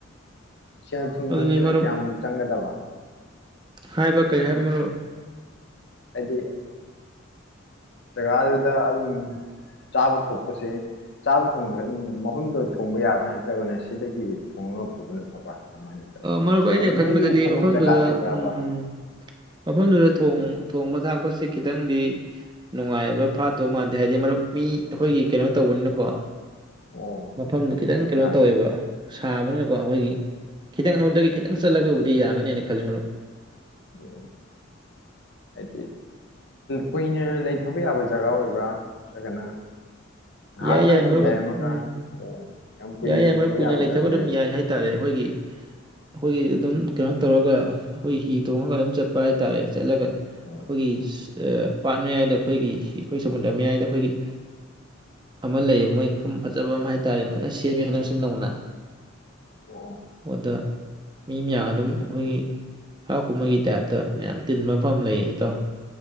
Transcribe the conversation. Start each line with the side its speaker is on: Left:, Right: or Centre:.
Left: ꯁꯦꯜ ꯊꯨꯝ
Right: ꯑꯗꯨꯅꯤ
Left: ꯅꯨꯡꯁꯤꯅ
Right: ꯃꯔꯨꯞ
Left: ꯀꯌꯥꯃꯨꯛ ꯆꯪꯒꯗꯕ
Right: ꯍꯥꯏꯕ ꯀꯔꯤ ꯍꯥꯏꯕ ꯃꯔꯨꯞ
Left: ꯍꯥꯏꯗꯤ ꯖꯒꯥꯗꯨꯗ ꯑꯗꯨꯝ ꯆꯥꯕ ꯊꯣꯡꯄꯁꯦ ꯆꯥꯕ ꯊꯣꯡꯕꯁꯦ ꯑꯗꯨꯝ ꯃꯐꯝꯗꯨꯗ ꯊꯣꯡꯕ ꯌꯥꯕ ꯅꯠꯇ꯭ꯔꯒꯅ ꯁꯤꯗꯒꯤ ꯊꯣꯡꯉꯒ ꯄꯨꯕꯅ ꯐꯕ꯭ꯔꯥ ꯀꯃꯥꯏꯅ ꯇꯧꯋꯤ
Right: ꯃꯔꯨꯞ ꯑꯩꯅ
Left: ꯍꯥꯏꯗꯤ
Right: ꯈꯟꯕꯗꯗꯤ
Left: ꯃꯣꯏꯒꯤ ꯊꯣꯡꯐꯝ
Right: ꯃꯐꯝꯗꯨꯗ
Left: ꯖꯒꯥ ꯄꯤꯕ꯭ꯔꯕ
Right: ꯎꯝ ꯃꯐꯝꯗꯨꯗ ꯊꯣꯡꯕ ꯊꯥꯛꯄꯁꯦ ꯈꯤꯇꯪꯗꯤ ꯅꯨꯡꯉꯥꯏꯕ ꯐꯥꯠꯇꯕ ꯃꯥꯟꯗꯦ ꯍꯥꯏꯗꯤ ꯃꯔꯨꯞ ꯃꯤ ꯑꯩꯈꯣꯏꯒꯤ ꯀꯩꯅꯣ ꯇꯧꯕꯅꯤꯅꯀꯣ
Left: ꯑꯣ
Right: ꯃꯐꯝꯗꯨ ꯈꯤꯇꯪ ꯀꯩꯅꯣ
Left: ꯖꯒꯥꯗꯣ
Right: ꯇꯧꯋꯦꯕ ꯁꯥꯕꯅꯤꯅꯀꯣ ꯑꯩꯈꯣꯏꯒꯤ ꯈꯤꯇꯪ ꯑꯗꯨꯗꯒꯤ ꯈꯤꯇꯪ ꯆꯠꯂꯒꯕꯨꯗꯤ ꯌꯥꯒꯅꯦꯅ ꯈꯜꯂꯦ ꯃꯔꯨꯞ
Left: ꯎ ꯍꯥꯏꯗꯤ ꯀꯨꯏꯅ ꯂꯩꯊꯕ ꯌꯥꯕ ꯖꯒꯥ ꯑꯣꯏꯕ꯭ꯔꯥ ꯅꯠꯇ꯭ꯔꯒꯅ ꯉꯥꯏꯍꯥꯛꯇꯪ
Right: ꯌꯥꯏ ꯌꯥꯏ ꯃꯔꯨꯞ
Left: ꯂꯩꯔꯝꯃꯒ
Right: ꯎꯝ
Left: ꯑꯣ ꯌꯥꯝ ꯀꯨꯏꯅ
Right: ꯌꯥꯏ ꯌꯥꯏ ꯃꯔꯨꯞ ꯀꯨꯏꯅ
Left: ꯌꯥꯕ
Right: ꯂꯩꯊꯕ
Left: ꯖꯒꯥ ꯑꯣꯏꯌꯦꯕ
Right: ꯑꯗꯨꯝ ꯌꯥꯏ ꯍꯥꯏꯇꯥꯔꯦ ꯑꯩꯈꯣꯏꯒꯤ ꯑꯩꯈꯣꯏꯒꯤ ꯑꯗꯨꯝ ꯀꯩꯅꯣ ꯇꯧꯔꯒ ꯑꯩꯈꯣꯏ ꯍꯤ ꯇꯣꯡꯉꯒ ꯑꯗꯨꯝ ꯆꯠꯄ ꯍꯥꯏꯇꯥꯔꯦ ꯆꯠꯂꯒ ꯑꯩꯈꯣꯏꯒꯤ
Left: ꯑꯣ
Right: ꯄꯥꯠ ꯃꯌꯥꯏꯗ ꯑꯩꯈꯣꯏꯒꯤ ꯑꯩꯈꯣꯏ ꯁꯃꯨꯗ꯭ꯔ ꯃꯌꯥꯏꯗ ꯑꯩꯈꯣꯏꯒꯤ ꯑꯃ ꯂꯩꯌꯦꯕ ꯃꯣꯏ ꯃꯐꯝ ꯐꯖꯕ ꯑꯃ ꯍꯥꯏꯇꯥꯔꯦ ꯐꯖꯅ ꯁꯦꯝꯃꯦ
Left: ꯑꯥ
Right: ꯍꯟꯗꯛꯁꯨ ꯅꯧꯅ
Left: ꯑꯣ ꯑꯣ
Right: ꯑꯗꯥ ꯃꯤ ꯃꯌꯥꯝ ꯑꯗꯨꯝ ꯑꯩꯈꯣꯏꯒꯤ ꯍꯔꯥꯎ ꯀꯨꯝꯍꯩꯒꯤ ꯇꯥꯏꯞꯇ ꯃꯌꯥꯝ ꯇꯤꯟꯕ ꯃꯐꯝ ꯂꯩꯌꯦ ꯏꯇꯥꯑꯣ